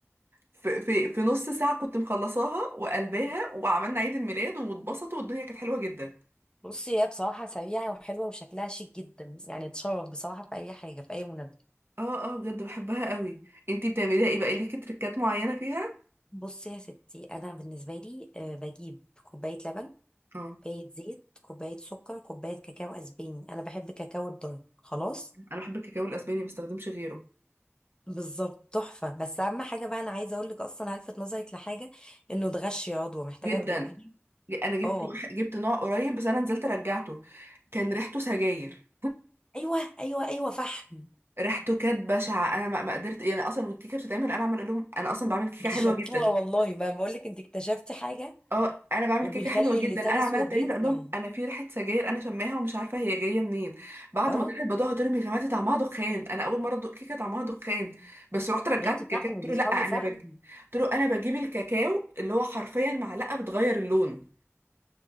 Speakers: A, on the right (about 55°); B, on the left (about 20°).
A: في, في في نص ساعه كنت مخلصاها وقلباها وعملنا عيد الميلاد واتبسطوا والدنيا كانت حلوه جدا
B: بصي هي بصراحة سريعة وحلوة وشكلها شيك جدا يعني تشرف بصراحة في أي حاجة في أي مناسبة
A: اه اه بجد بحبها قوي انتي بتعمليها ايه بقى ليكي تريكات معينه فيها
B: بصي يا ستي أنا بالنسبة لي آه، بجيب كوباية لبن
A: اه
B: كوباية زيت كوباية سكر كوباية كاكاو أسباني أنا بحب كاكاو الدارك خلاص
A: انا بحب الكاكاو الاسباني ما بستخدمش غيره
B: بالظبط تحفة بس أهم حاجة بقى أنا عايزة أقول لك أصلا هلفت نظرك لحاجة إنه ده غش يا عضوة محتاجة
A: جدا
B: تجيبيه
A: انا جبت
B: أه
A: واحد- جبت نوع قريب بس انا نزلت رجعته كان ريحته سجاير
B: أيوه أيوه أيوه فحم
A: ريحته كانت بشعه انا ما ما قدرت يعني اصلا الكيكه بتتعمل انا عمال اقول لهم انا اصلا بعمل كيكه
B: أنت
A: حلوه
B: شطورة
A: جدا
B: والله بقى بقول لك أنت اكتشفتي حاجة
A: اه انا بعمل
B: وبيخلي
A: كيكه حلوه جدا
B: اللسان
A: انا عماله
B: أسود
A: اتعمل
B: جدا
A: اقول لهم انا في ريحه سجاير انا شماها ومش عارفه هي جايه منين بعد
B: أه
A: ما طلعت بدوقها قلت لهم يا جماعه دي طعمها دخان انا اول مره ادوق كيكه طعمها دخان بس رحت رجعت
B: يا بنتي
A: الكاكاو
B: فحم
A: قلت
B: بيطحنوا
A: له لا انا
B: فحم
A: بج... قلت له انا بجيب الكاكاو اللي هو حرفيا معلقه بتغير اللون